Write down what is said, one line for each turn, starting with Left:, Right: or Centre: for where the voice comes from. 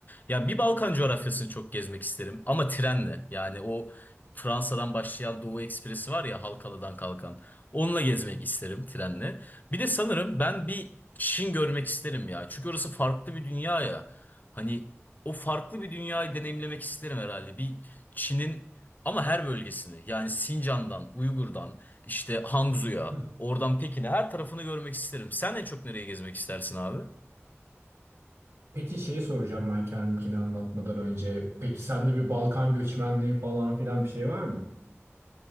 Left: Ya bir Balkan coğrafyasını çok gezmek isterim ama trenle. Yani o Fransa'dan başlayan Doğu Ekspresi var ya Halkalı'dan kalkan. Onunla gezmek isterim trenle. Bir de sanırım ben bir Çin görmek isterim ya. Çünkü orası farklı bir dünya ya. Hani o farklı bir dünyayı deneyimlemek isterim herhalde. Bir Çin'in ama her bölgesini yani Sincan'dan, Uygur'dan işte Hangzhou'ya,
Right: Hı.
Left: oradan Pekin'e her tarafını görmek isterim. Sen en çok nereye gezmek istersin abi?
Right: Peki şeyi soracağım ben kendimkini anlatmadan önce. Peki sende bir Balkan göçmenliği falan filan bir şey var mı?